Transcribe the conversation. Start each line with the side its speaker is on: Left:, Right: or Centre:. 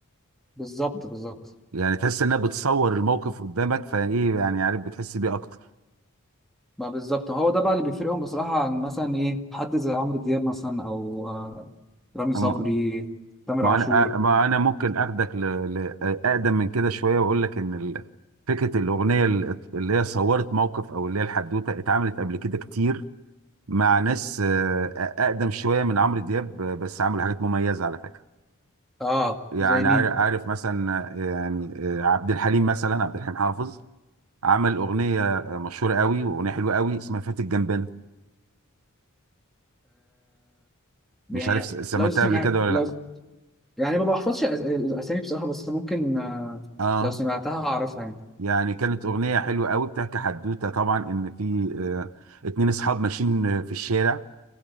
Centre: بالظبط بالظبط
Right: يعني تحس إنها بتصور الموقف قدامك فايه يعني عارف بتحس بيه أكتر
Centre: ما بالظبط هو ده بقى اللي بيفرقهم بصراحة عن مثلا ايه حد زي عمرو دياب مثلا او آه، رامي صبري
Right: أما-
Centre: تامر
Right: ما
Centre: عاشور
Right: أنا ما أنا ممكن أخدك ل... ل... أقدم من كده شوية وأقول لك إن ال... فكرة الأغنية ال- اللي هي صورت موقف أو اللي هي الحدوتة اتعملت قبل كده كتير مع ناس آه، أقدم شوية من عمرو دياب آه، بس عملوا حاجات مميزة على فكرة
Centre: اه
Right: يعني
Centre: زي
Right: عارف
Centre: مين
Right: عارف مثلا آه، يعني آه، عبد الحليم مثلا عبد الحليم حافظ عمل اغنيه مشهوره قوي واغنيه حلوه قوي اسمها فات الجنبانه
Centre: يعني
Right: مش عارف س- سمعتها
Centre: لو سمعت
Right: قبل كده ولا
Centre: لو
Right: لا
Centre: يعني ما بحفظش الأس- الاسامي بصراحه بس ممكن آه،
Right: اه
Centre: لو سمعتها هعرفها يعني
Right: يعني كانت اغنيه حلوه قوي بتحكي حدوته طبعا ان في آه اتنين اصحاب ماشيين في الشارع